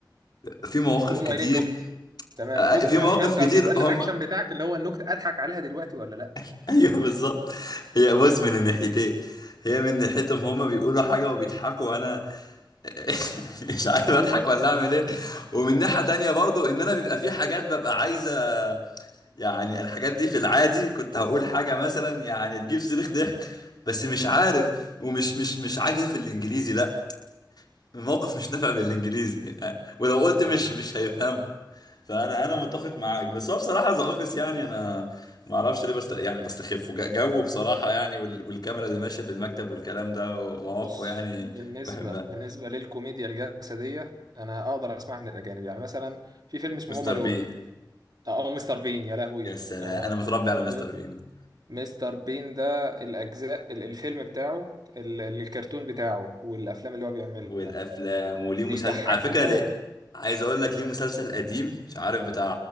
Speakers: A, on the left (about 60°); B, on the right (about 60°).
A: في مواقف
B: ويقوم
A: كتير
B: قايلين نكت تمام
A: آه،
B: النكت
A: في مواقف
B: فانت
A: كتير
B: بيبقى الرياكشن
A: هم
B: بتاعك اللي هو النكت اضحك عليها دلوقتي ولا لا
A: <laughs> ايوه بالظبط هي بص من الناحيتين هي من ناحيتهم هما بيقولوا حاجة وبيضحكوا وانا <laughs> مش عارف اضحك
B: ايه المضحك
A: ولا اعمل ايه ومن ناحية تانية برضو ان انا بيبقى في حاجات ببقى عايزة يعني الحاجات دي في العادي كنت هقول حاجة مثلا يعني تجيب صريخ ضحك بس مش عارف ومش مش مش عاجز في الانجليزي لا الموقف مش نافع بالانجليزي <laughs> ولو قلت
B: فاهم
A: مش مش هيفهمه فانا
B: فاهم
A: انا متفق معاك بس هو بصراحه ذا اوفيس يعني انا ما اعرفش ليه بست يعني بستخفه ج- جو بصراحه يعني وال- والكاميرا اللي ماشيه في المكتب والكلام ده ومواقفه
B: بص
A: يعني
B: بالنسبه
A: بحبها
B: بالنسبه للكوميديا الجسديه انا اقدر اسمعها من الاجانب يعني مثلا في فيلم اسمه
A: مستر
B: هوم الون
A: بين
B: او مستر بين يا لهوي
A: يا سلام
B: آه،
A: انا متربي على مستر
B: دول
A: بين
B: مستر بين ده الاجزاء ال- الفيلم بتاعه ال- الكرتون بتاعه والافلام اللي هو بيعملها
A: والافلام وليه مسلسل
B: بيضحكني
A: على فكره
B: موت
A: ليه عايز اقول لك ليه مسلسل قديم مش عارف بتاع